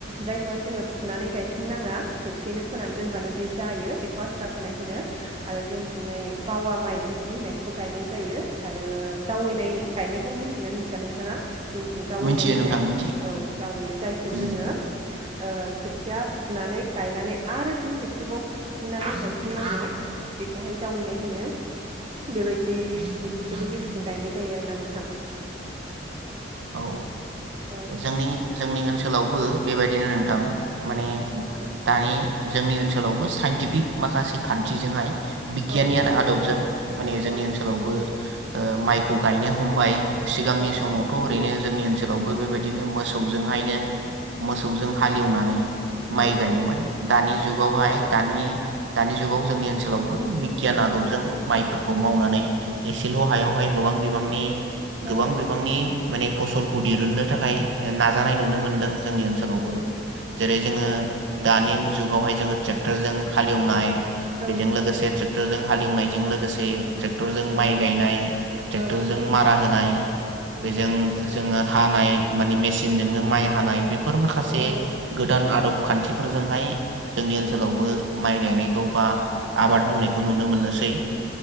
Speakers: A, on the right; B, on the right.
A: जाय बेखौहाय जोङो फुनानै गायफिन नाङा खेबसेैनो फोनानै दोनबानो बे जायो बेखौ आस्रा फोनाय होनो आरो जोंनाय बावा माइ बिदि होननायखौबो गायनाय जायो आरो जावैनाय गायनायखौ मिथि <unintelligible> मिथिया नोंथाङा जोंनिथिं जावैनाय
B: मिथियो
A: होननाय
B: नोंथां मिथियो
A: औ जावैयो जायखौ
B: उम
A: जोङो ओ खोथिया फुनानै गायनानै आरो फिन खेबसेबाव फुफिननानै गायफिननांगौ बेखौहाय जावैनाय होनो बेबायदि बिथिं गायनाय जायो आरोना नोंथां
B: औ
A: औ
B: जोंनि जोंनि ओनसो आथिखालावबो बेबायदिनो नोंथां माने
A: औ
B: दानि जोंनि ओनसोलावबो साइन्टिफिक माखासे खान्थिजोंहाय बिगियाननि
A: औ औ
B: आरो
A: नोंथां
B: आदबजों माने जोंनि
A: औ
B: ओनसोलावबो ओ माइखौ गायनो हमबाय सिगांनि
A: औ
B: समाव ओरैनो जोंनि ओनसोलावबो बेबायदिनो मोसौजोंहायनो मोसौजों हाले एवनानै
A: औ
B: माइ
A: नोंथां
B: गायोमोन दानि जुगावहाय दानि दानि जुगाव जोंनि ओनसोलावबो बिगियान आदबजों माइफोरखौ मावनानै एसेल' हायावहाय गोबां बिबांनि गोबां
A: औ
B: बिबांनि माने फसलखौ दिरुन नो थाखाय नाजानाय नुनो मोनदों जोंनि ओनसोलावबो
A: औ नंगौ नोंथां
B: जेरै जोङो दानि जुगावहाय जोङो ट्रेक्टरजों हालेवनाय बेजों
A: औ
B: लोगोसे ट्रे क्टरजों हाले एवनायजों लोगोसे ट्रेक्टरजों
A: औ
B: माइ गायनाय ट्रेक्टरजों
A: औ औ नंगौ
B: मारा होनाय
A: नोंथां
B: बेजों जोङो हानाय मानि मेसिनजोंनो माइ हानाय बे फोर माखासे
A: औ
B: गोदान आदब खान्थिफोरजोंहाय जोंनि ओनसोलावबो
A: औ
B: माइ गायनायखौ बा आबाद मावनायखौ नुनो मोननोसै